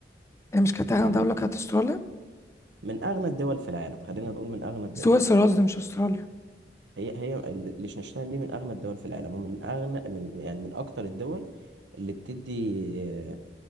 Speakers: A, on the left (about 15°); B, on the right (about 80°).
A: هي مش كانت أغنى
B: او
A: دولة
B: من
A: كانت استراليا
B: من اغنى الدول في العالم خلينا نقول من اغنى الدول
A: سويسرا قصدي مش استراليا
B: هي هي ال- ليechtenstein دي من اغنى الدول في العالم ومن اغنى من يعني من اكتر الدول اللي بتدي آه،